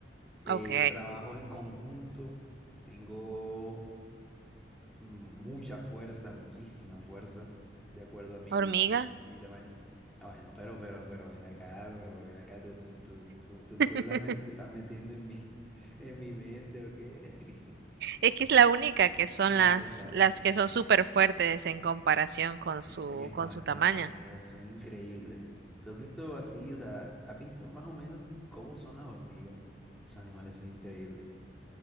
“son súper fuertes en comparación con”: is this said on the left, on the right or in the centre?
Right